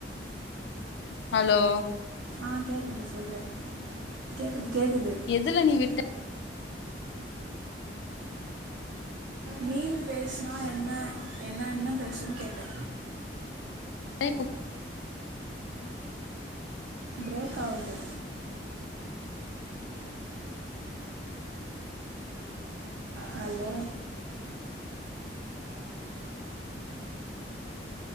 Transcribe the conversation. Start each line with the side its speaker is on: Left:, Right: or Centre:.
Left: ஹலோ
Right: ஆ கேக்குது சொல்லு கேக்குது கேக்குது
Left: எதுல நீ விட்ட
Right: மீன் பேஸ்னா என்ன என்ன என்ன பேசும்னு கேட்டே
Left: <unintelligible>
Right: பிரேக் ஆவது ஹலோ